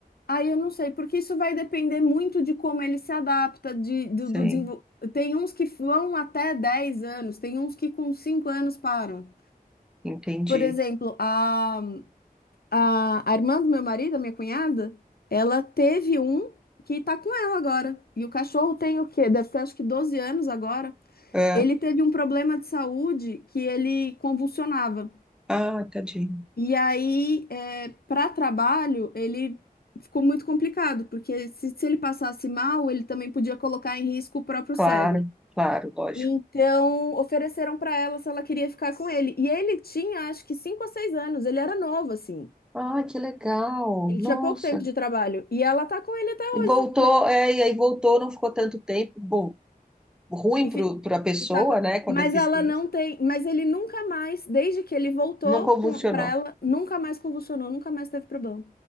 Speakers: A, on the left; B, in the centre.
A: Aí eu não sei, porque isso vai depender muito de como ele se adapta, de, do,
B: Sei,
A: do desenvol... Tem uns que vão até 10 anos, tem uns que com 5 anos param.
B: entendi.
A: Por exemplo, a, a, a irmã do meu marido, a minha cunhada, ela teve um que tá com ela agora. E o cachorro tem o quê? Deve ter acho que 12 anos agora.
B: É.
A: Ele teve um problema de saúde que ele convulsionava.
B: Ah, tadinho.
A: E aí, para trabalho, ele ficou muito complicado, porque se, se ele passasse mal, ele também podia colocar em risco o próprio
B: Claro,
A: cego.
B: claro, lógico.
A: Então, ofereceram para ela se ela queria ficar com ele. E ele tinha, acho que, cinco ou seis anos, ele era novo, assim.
B: Ah, que legal.
A: Ele
B: Nossa.
A: tinha pouco tempo de trabalho. E ela tá com ele até
B: E voltou,
A: hoje. E, ela-
B: é, e aí voltou, não ficou tanto tempo. Bom, ruim
A: e,
B: para
A: fi-
B: a pessoa,
A: e tá com...
B: né, com
A: Mas
B: a deficiência.
A: ela não tem. Mas ele nunca mais, desde que ele voltou
B: Não convulsionou.
A: com... para ela, nunca mais convulsionou, nunca mais teve problema.